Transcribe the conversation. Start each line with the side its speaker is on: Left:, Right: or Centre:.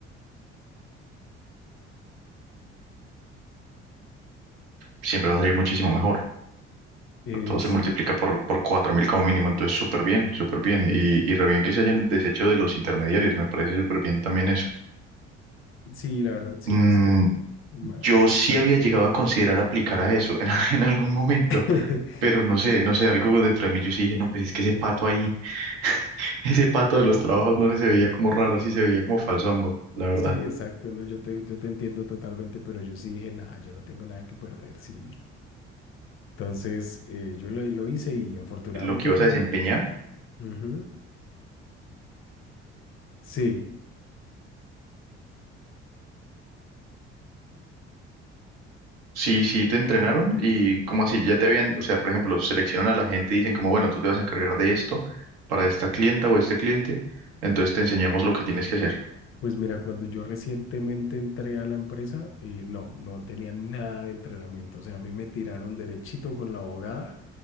Right: siempre va a salir muchísimo mejor.
Left: Eh,
Right: Todo
Left: sí,
Right: se multiplica por, por 4.000 como mínimo, entonces súper bien, súper bien. Y, y re bien que se hayan deshecho de los intermediarios, me parece súper bien también eso.
Left: sí, la verdad sí
Right: Mm,
Left: es que ma-
Right: yo
Left: es más
Right: sí
Left: práctico.
Right: había llegado a considerar aplicar a eso en, <laughs> en algún momento,
Left: <laughs>
Right: pero no sé, no sé, algo dentro de mí yo sí dije, no, pues es que ese pato ahí, <laughs> ese pato de los trabajos, no sé, se veía como raro, sí se veía como falsongo, la verdad.
Left: Sí, exacto, ¿no? Yo te, yo te entiendo totalmente, pero yo sí dije, nada, yo no tengo nada que perder, sí. Entonces, eh, yo lo, lo hice y afortunadamente
Right: Lo que ibas
Left: fue...
Right: a desempeñar.
Left: ujú. Sí,
Right: Sí, sí te entrenaron y como así, ya te habían, o sea, por ejemplo, seleccionan a la gente y dicen como, bueno, tú te vas a encargar de esto para esta clienta o este cliente, entonces te enseñamos lo que tienes que hacer.
Left: pues mira, cuando yo recientemente entré a la empresa, eh, no, no tenía nada de entrenamiento, o sea, a mí me tiraron derechito con la abogada